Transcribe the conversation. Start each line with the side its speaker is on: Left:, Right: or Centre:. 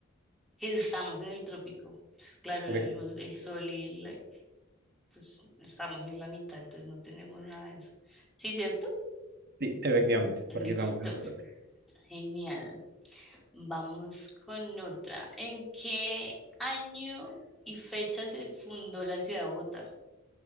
Centre: que estamos en el trópico. Pues, claro, la
Right: Efecti-
Centre: luz, el sol y la- pues estamos en la mitad, entonces no tenemos nada de eso. ¿Sí, cierto?
Right: sí, efectivamente,
Centre: Listo,
Right: porque estamos en el trópico.
Centre: genial. Vamos con otra. ¿En qué año y fecha se fundó la ciudad de Bogotá?